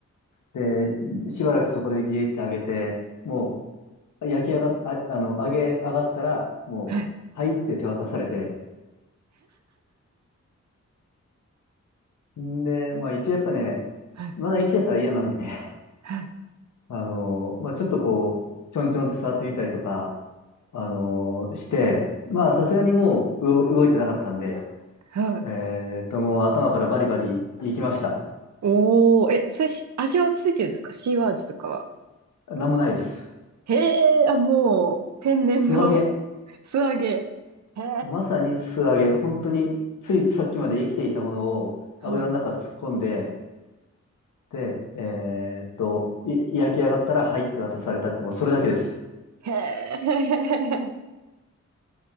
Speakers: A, on the left; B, on the right.
A: で、しばらくそこでギーって揚げて、もう焼き上が、あ、あの、揚げ上がったら、もう、
B: はい。
A: はいって手渡されて、んで、まあ一応やっぱね、
B: はい。
A: まだ生きてたら嫌なんで、<laughs>
B: はい。
A: あの、まあちょっとこう、ちょんちょんって触ってみたりとか、あの、して、まあさすがにもう動動いてなかったんで、
B: はい。
A: えーっと、もう頭からバリバリいきました。
B: おー、え、それし、味はついてるんですか塩味とかは。
A: なんもないです。
B: へえ、あ、もう、天然の
A: 素揚げ。
B: <laughs> 素揚げ。へえ、
A: まさに素揚げ。本当に、ついさっきまで生きていたものを油の中突っ込んで、
B: はい。
A: で、えーっと、い焼き上がったら、はいって渡されたって、もうそれだけです。
B: へえ、